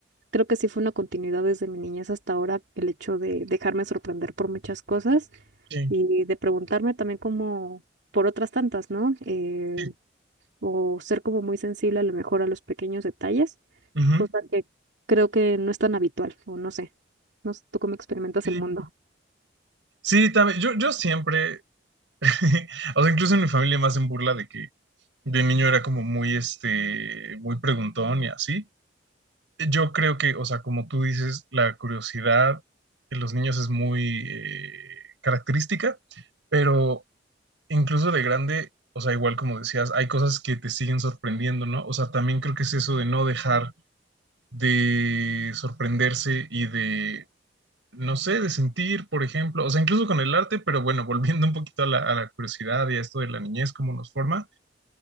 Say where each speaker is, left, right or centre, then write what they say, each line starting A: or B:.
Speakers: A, on the right (about 65°); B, on the right (about 80°).
A: creo que sí fue una continuidad desde mi niñez hasta ahora el hecho de dejarme sorprender por muchas cosas
B: Sí,
A: y de preguntarme también como por otras tantas, ¿no? Eh,
B: sí.
A: o ser como muy sensible a lo mejor a los pequeños detalles,
B: ujú,
A: cosa que creo que no es tan habitual, o no sé, no sé tú cómo experimentas
B: sí.
A: el mundo.
B: Sí, también, yo, yo siempre, <laughs> o sea, incluso en mi familia más hacen burla de que de niño era como muy, este, muy preguntón y así. Yo creo que, o sea, como tú dices, la curiosidad en los niños es muy eh, característica, pero incluso de grande, o sea, igual como decías, hay cosas que te siguen sorprendiendo, ¿no? O sea, también creo que es eso de no dejar de sorprenderse y de no sé, de sentir, por ejemplo, o sea, incluso con el arte, pero bueno, <laughs> volviendo un poquito a la, a la curiosidad y a esto de la niñez, cómo nos forma,